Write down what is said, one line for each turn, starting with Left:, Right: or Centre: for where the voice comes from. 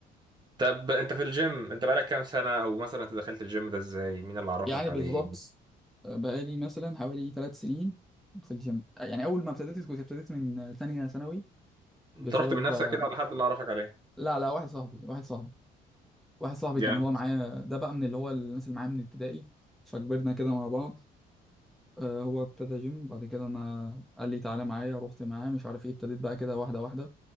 Right: طب انت في الجيم انت بقالك كام سنة او مثلا انت دخلت الجيم ده ازاي مين اللي عرفك
Centre: يعني
Right: عليه
Centre: بالظبط بقالي مثلا حوالي ثلاث سنين في الجيم آه، يعني اول ما ابتديت كنت ابتديت من ثانيه ثانوي
Right: انت
Centre: بسبب
Right: رحت من نفسك
Centre: آه،
Right: كده ولا حد اللي عرفك عليه
Centre: لا لا واحد صاحبي واحد صاحبي واحد صاحبي
Right: يعني
Centre: كان هو معايا ده بقى من اللي هو الناس اللي معايا من ابتدائي فكبرنا كده مع بعض آه، هو ابتدى جيم بعد كده انا قال لي تعالى معايا رحت معاه مش عارف ايه ابتديت بقى كده واحده واحده